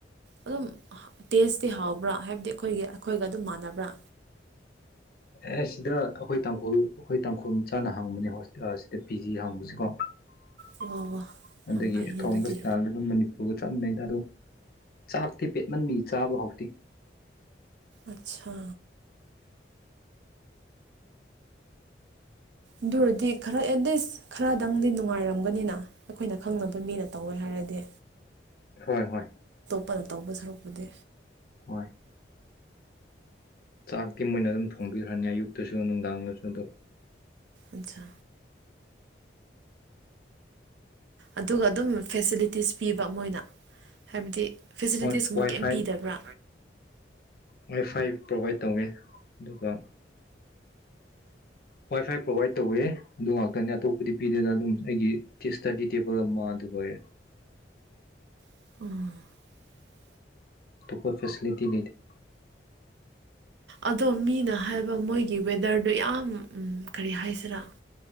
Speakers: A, on the right (about 75°); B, on the left (about 55°).
A: ꯑꯗꯨꯝ ꯇꯦꯁꯇꯤ ꯍꯥꯎꯕ꯭ꯔꯥ ꯍꯥꯏꯕꯗꯤ ꯑꯩꯈꯣꯏꯒꯤ ꯑꯩꯈꯣꯏꯒ ꯑꯗꯨꯝ ꯃꯥꯟꯅꯕ꯭ꯔꯥ
B: ꯑꯦ ꯁꯤꯗ ꯑꯩꯈꯣꯏ ꯇꯥꯡꯈꯨꯜ ꯑꯩꯈꯣꯏ ꯇꯥꯡꯈꯨꯜ ꯆꯥꯅ ꯍꯥꯡꯕꯅꯦ ꯍ ꯁꯤꯗ ꯄꯤ ꯖꯤ ꯍꯥꯡꯉꯨꯕꯁꯤꯀꯣ
A: ꯋꯥ ꯋꯥ
B: ꯑꯗꯨꯒꯤ
A: ꯌꯥꯝ ꯐꯩꯅꯦ
B: ꯊꯣꯡꯕ
A: ꯑꯗꯨꯗꯤ
B: ꯏꯁꯇꯥꯜꯗ ꯑꯗꯨꯝ ꯃꯅꯤꯄꯨꯔꯒ ꯆꯞ ꯃꯥꯟꯅꯩꯗ ꯑꯗꯨ ꯆꯥꯛ ꯊꯤꯄꯦꯠꯃꯟꯕꯤ ꯆꯥꯕ ꯍꯧꯥꯎꯗꯦ
A: ꯑꯠꯁꯥ ꯑꯗꯨꯔꯗꯤ ꯈꯔ ꯑꯦꯠꯂꯤꯁ ꯈꯔꯗꯪꯗꯤ ꯅꯨꯡꯉꯥꯏꯔꯝꯒꯅꯤꯅ ꯑꯩꯈꯣꯏꯅ ꯈꯪꯅꯕ ꯃꯤꯅ ꯇꯧꯋꯦ ꯍꯥꯏꯔꯗꯤ
B: ꯍꯣꯏ ꯍꯣꯏ
A: ꯐꯅ ꯇꯧꯕ ꯁꯔꯛꯄꯗꯤ
B: ꯍꯣꯏ ꯆꯥꯛꯇꯤ ꯃꯣꯏ ꯑꯣꯏꯅ ꯑꯗꯨꯝ ꯊꯣꯡꯕꯤꯈ꯭ꯔꯅꯤ ꯑꯌꯨꯛꯇꯁꯨ ꯅꯨꯡꯗꯥꯡꯗꯁꯨ ꯑꯗꯨꯝ
A: ꯑꯆꯥ ꯑꯗꯨꯒ ꯑꯗꯨꯝ ꯐꯦꯁꯤꯂꯤꯇꯤꯁ ꯄꯤꯕ ꯃꯣꯏꯅ ꯍꯥꯏꯕꯗꯤ ꯐꯦꯁꯤꯂꯤꯇꯤꯁꯀꯨꯝꯕ
B: ꯍꯣꯏ ꯋꯥꯏ
A: ꯀꯩꯝ
B: ꯐꯥꯏ
A: ꯄꯤꯗꯕ꯭ꯔꯥ
B: ꯋꯥꯏ ꯐꯥꯏ ꯄ꯭ꯔꯣꯚꯏꯠ ꯇꯧꯋꯤ ꯑꯗꯨꯒ ꯋꯥꯏ ꯐꯥꯏ ꯄ꯭ꯔꯣꯚꯏꯗ ꯇꯧꯋꯦ ꯑꯗꯨ ꯉꯥꯛꯇꯅꯤ ꯑꯇꯣꯞꯄꯗꯤ ꯄꯤꯗꯅ ꯑꯗꯨꯝ ꯑꯩꯒꯤ ꯏꯁꯇꯗꯤ ꯇꯦꯕꯜ ꯑꯃ ꯑꯗꯨ ꯑꯣꯏꯔꯦ
A: ꯎꯝ
B: ꯇꯈꯣꯏ ꯐꯦꯁꯂꯤꯇꯤ ꯂꯩꯗꯦ
A: ꯑꯗꯣ ꯃꯤꯅ ꯍꯥꯏꯕ ꯃꯣꯏꯒꯤ ꯋꯦꯗꯔꯗꯣ ꯌꯥꯝ ꯎ ꯀꯔꯤ ꯍꯥꯏꯁꯤꯔꯥ